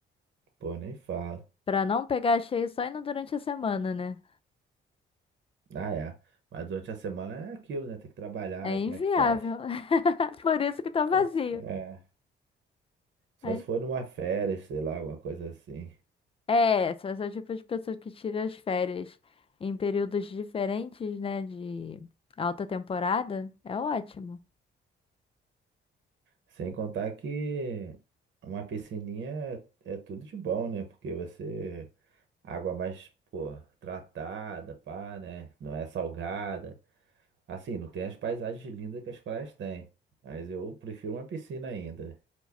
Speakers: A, on the right; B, on the left.
A: Pô, nem falo.
B: Pra não pegar cheio só indo durante a semana, né?
A: Ah, é. Mas durante a semana é aquilo, né? Tem que trabalhar,
B: É
A: e
B: inviável.
A: como é que faz?
B: <laughs> Por isso que tá vazio.
A: Só se- É. Só
B: Aí-
A: se for numa férias, sei lá, alguma coisa assim.
B: É, são esse tipo de pessoas que tiram as férias em períodos diferentes, né? De alta temporada. É ótimo.
A: Sem contar que uma piscininha é, é tudo de bom, né? Porque você. Água mais, pô, tratada, pá, né? Não é salgada. Assim, não tem as paisagens lindas que as praias têm. Mas eu prefiro uma piscina ainda.